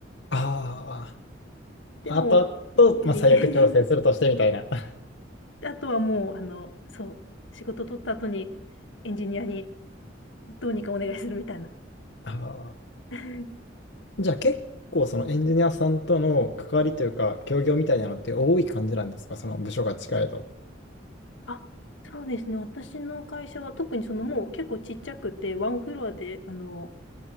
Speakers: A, on the left; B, on the left.
A: あ
B: でも、
A: あ。あとあと、
B: やっぱり
A: まあ、最悪調整するとしてみたいな。
B: <laughs>
A: <laughs>
B: あとはもう、あの、そう、仕事取った後にエンジニアにどうにかお願いするみたいな。
A: あー
B: <laughs>
A: じゃあ結構そのエンジニアさんとの関わりというか、協業みたいなのって多い感じなんですかその部署が近いと。
B: あ、そうですね。私の会社は特にそのもう結構ちっちゃくて、ワンフロアで、あの、